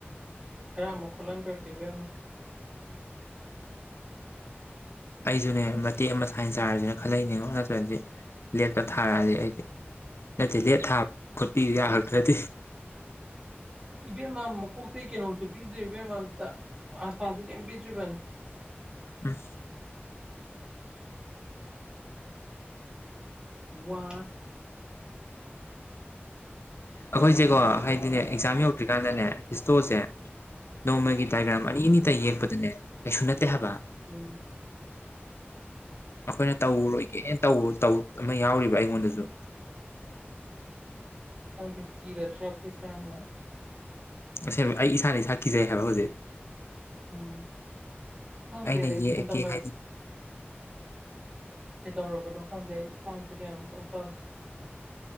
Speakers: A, on the right; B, on the left.
A: ꯍꯦ ꯑꯃꯛ ꯈꯣꯂ ꯀ ꯀꯈꯤꯕ ꯌꯥꯝꯅ
B: ꯑꯩꯁꯨꯅꯦ ꯃꯇꯦꯛ ꯑꯃ ꯁꯥꯏꯟꯁ ꯍꯥꯏꯔꯁꯤꯅ ꯈꯜꯂꯛꯏꯅꯦꯉꯣ ꯅꯠꯇ꯭ꯔꯗꯤ ꯂꯦꯠꯄ ꯊꯥꯔꯛꯑꯗꯤ ꯑꯩꯗꯤ ꯅꯠꯇꯦ ꯂꯦꯠ ꯊꯥꯕ ꯈꯣꯠꯄꯤ ꯌꯥꯈꯛꯇ꯭ꯔꯗꯤ
A: ꯏꯕꯦꯝꯃ ꯃꯀꯣꯛꯇ ꯀꯩꯅꯣꯁꯨ ꯄꯤꯗ꯭ꯔꯦ ꯏꯕꯦꯝꯃ ꯑꯝꯇ ꯑ ꯁꯥꯖ ꯀꯦꯝ ꯄꯤꯆꯨꯕꯅꯤ
B: ꯁ
A: ꯋꯥ
B: ꯑꯩꯈꯣꯏꯁꯦꯀꯣ ꯍꯥꯏꯗꯤꯅꯦ ꯑꯦꯛꯖꯥꯝ ꯌꯧꯗ꯭ꯔꯤꯀꯥꯟꯗꯅꯦ ꯍꯤꯁꯇꯣꯁꯦ ꯅꯣꯡꯃꯒꯤ ꯗꯥꯏꯒ꯭ꯔꯥꯝ ꯑꯅꯤ ꯑꯅꯤꯇ ꯌꯦꯛꯄꯗꯅꯦ ꯀꯩꯁꯨ ꯅꯠꯇꯦ ꯍꯥꯏꯕ
A: ꯎꯝ
B: ꯑꯩꯈꯣꯏꯅ ꯇꯧꯕ ꯂꯣꯏꯒꯦ ꯧ ꯑꯃ ꯌꯥꯎꯔꯤꯕ ꯑꯩꯉꯣꯟꯗꯁꯨ
A: ꯈꯪꯗꯤꯦ ꯀꯤꯔꯗ꯭ꯔꯥ ꯑꯩꯈꯩꯁꯥ ꯑꯃ
B: ꯑꯁꯦꯡꯕ ꯑꯩ ꯏꯁꯥꯅ ꯏꯁꯥ ꯀꯤꯖꯩ ꯍꯥꯏꯕ ꯍꯧꯖꯤꯛ
A: ꯎꯝ ꯈꯪꯗꯦ
B: ꯑꯩꯅ
A: ꯑꯩꯗꯤ
B: ꯌꯦꯛꯑꯀꯦ
A: ꯍꯟꯗꯛ
B: ꯍꯥꯏꯗ
A: ꯈꯦ ꯇꯧꯔꯄ ꯅ ꯈꯥꯟꯗꯦ ꯐ ꯀ ꯇꯧ ꯇ